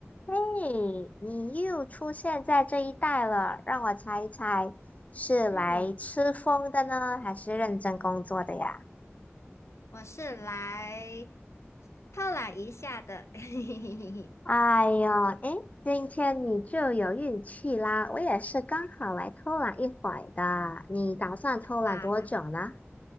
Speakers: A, on the left (about 30°); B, on the left (about 80°).
A: 嘿，你又出现在这一带了，让我猜一猜，是来吃风的呢，
B: 嗯，
A: 还是认真工作的呀？
B: 我是来犒懒一下的，<laughs> 嘿嘿嘿嘿嘿。
A: 哎呦，诶，今天你就有运气啦，我也是刚好来偷懒一会儿的。你打算偷懒多久呢？
B: 吧，